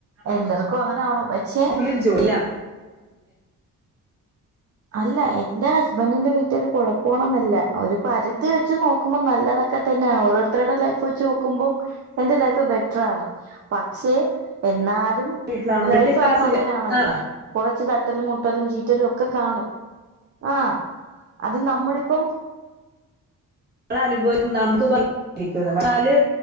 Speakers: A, on the right; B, on the right.
A: എല്ലർക്കും അങ്ങനെ ആവണം പക്ഷേ
B: <unintelligible> ജോലാ
A: അല്ല എന്റെ ഹസ്ബൻ റ്റിന്റെ വീട്ടുകാര് കൊഴപ്പം ഒന്നും ല്ല ഒരു പരിധി വെച്ച് നോക്കുമ്പോ നല്ലത ക്കെ തന്നെയ ഓരോരുത്തരുടെ ലൈഫ് വെച്ച് നോക്കുമ്പോം എന്റെ ലൈഫ് ബെറ്ററാണ് പക്ഷെ എന്നാലും
B: വീട്ടിലാണെമ്പഴത്തേക്ക്
A: ലൈഫ് ആ കുമ്പോ
B: അസുഖം
A: അങ്ങനെയാണല്ലോ
B: ആഹ്
A: കുറച്ച് തട്ടലും മുട്ടലും ചീറ്റലും ഒക്കെ കാണും ആഹ് അത് നമ്മളിപ്പം
B: ന അനുഭവം നമുക്ക് ഭംഗരിക്കാല്